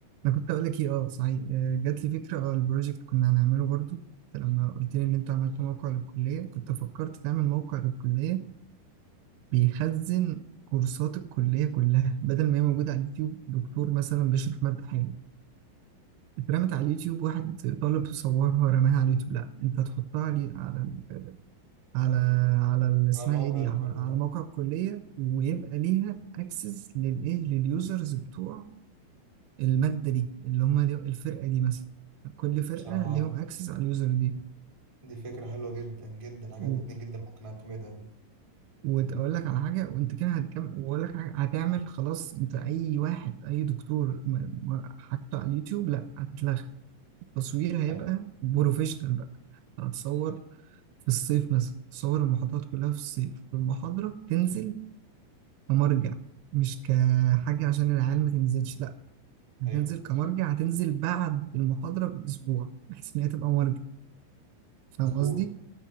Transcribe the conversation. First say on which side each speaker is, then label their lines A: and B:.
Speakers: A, on the right; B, on the right.
A: انا كنت اقول لك ايه اه صحيح آه، جات لي فكره اه البروجكت كنا هنعمله برضو أنت لما قلت لي ان انت عملت موقع للكليه كنت فكرت تعمل موقع للكليه بيخزن كورسات الكليه كلها بدل ما هي موجوده على اليوتيوب دكتور مثلا بيشرح ماده حلوه اترمت على اليوتيوب واحد طالب صورها رماها على اليوتيوب لا انت هتحطها على على ال- على على ال- اسمها
B: على موقع
A: ايه دي
B: الكلية
A: على, على موقع الكليه ويبقى ليها اكسس للايه لليوزرز بتوع المادة دي اللي هما ليه- الفرقة دي مثلا كل فرقة
B: بصراحة
A: ليهم اكسس على اليوزر دي
B: دي فكرة حلوة جدا جدا عجبتني
A: و...
B: جدا ممكن أعتمدها دي
A: وأقول لك على حاجة وأنت كده هتكمل وأقول لك حاجة هتعمل خلاص أنت أي واحد أي دكتور م- م- حاجته على اليوتيوب لأ هتتلغى التصوير هيبقى
B: أيوه
A: بروفيشنال بقى هتصور في الصيف مثلا تصور المحاضرات كلها في الصيف والمحاضرة تنزل كمرجع مش كحاجة عشان العيال ما تنزلش لأ هتنزل
B: أيوه
A: كمرجع هتنزل بعد المحاضرة بأسبوع بحيث إن هي تبقى مرجع فاهم
B: مظبوط
A: قصدي؟